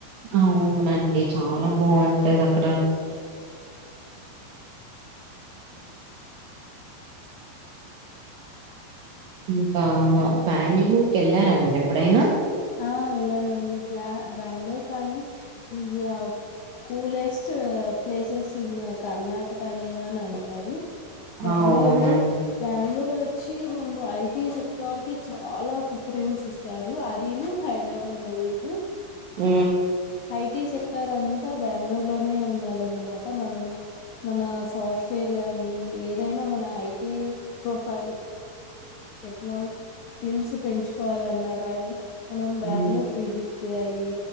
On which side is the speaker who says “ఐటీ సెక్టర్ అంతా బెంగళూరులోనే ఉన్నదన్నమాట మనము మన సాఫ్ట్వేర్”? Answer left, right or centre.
Left